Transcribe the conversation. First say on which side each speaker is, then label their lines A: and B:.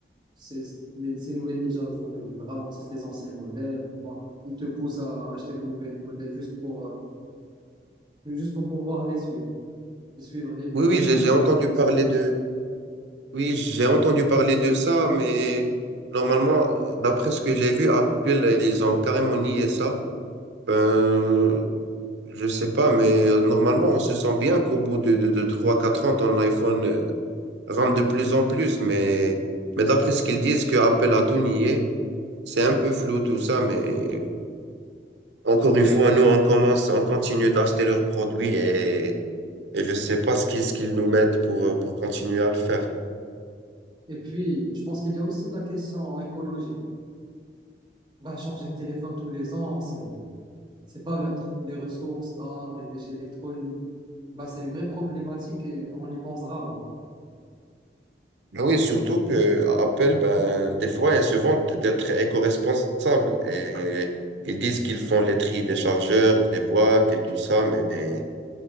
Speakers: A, on the right (about 25°); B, on the right (about 80°).
A: ces, les- ces nouvelles mises à jour, ils ralentissent les anciens modèles. Bon, ils te poussent à acheter le nouvel modèle juste pour, euh, juste pour pouvoir les suivre, et suivre les nouvelles
B: Oui, oui,
A: tendances
B: j'ai j'ai entendu
A: et tout
B: parler
A: ça.
B: de. Oui, j'ai entendu parler de ça, mais normalement, d'après ce que j'ai vu, Apple, ils ont carrément nié ça. Ben, Je sais pas, mais euh, normalement, on se sent bien qu'au bout de, de, de 3-4 ans, ton iPhone euh, rampe de plus en plus. Mais, mais d'après ce qu'ils disent, que Apple a tout nié, c'est un peu flou tout ça. Mais euh, encore une fois, nous, on commence, on continue d'acheter leurs produits et, et je sais pas ce qu'ils ce qu'ils nous mettent pour, euh, pour continuer à le faire.
A: Et puis, je pense qu'il y a aussi la question écologique. Bah, changer de téléphone tous les ans, c'est, c'est pas neutre. Les ressources rares, les déchets électroniques, bah, c'est une vraie problématique et on y pense rarement.
B: Mais oui, surtout que Apple, ben, des fois, ils se vantent d'être éco-responsables et ils disent qu'ils font les tri des chargeurs, des boîtes et tout ça, mais.